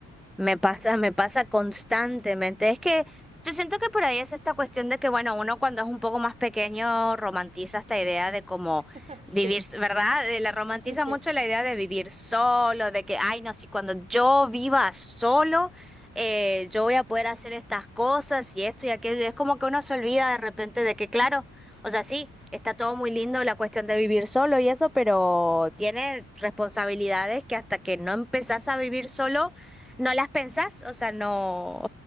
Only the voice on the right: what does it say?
<laughs> Sí,
sí, sí.